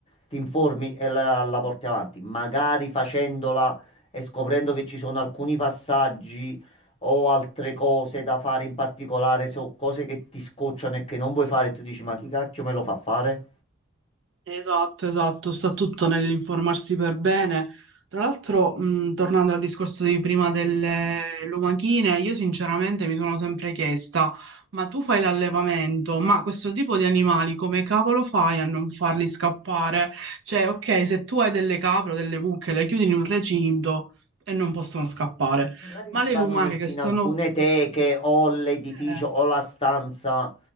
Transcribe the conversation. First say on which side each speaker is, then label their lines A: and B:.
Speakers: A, on the left (about 25°); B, on the right (about 60°).
A: ti informi e la, la porti avanti, magari facendola e scoprendo che ci sono alcuni passaggi o altre cose da fare in particolare, so cose che ti scocciano e che non vuoi fare e tu dici, ma chi cacchio me lo fa fare?
B: Esatto, esatto, sta tutto nell'informarsi per bene. Tra l'altro, mh, tornando al discorso di prima delle lumachine, io sinceramente mi sono sempre chiesta, ma tu fai l'allevamento, ma questo tipo di animali come cavolo fai a non farli scappare? Cioè, ok, se tu hai delle capre o delle mucche, le chiudi in un recinto e non possono scappare,
A: Magari
B: ma
A: s-
B: le
A: vanno
B: lumache
A: messi
B: che sono...
A: in alcune teche o l'edificio
B: Eh,
A: o la stanza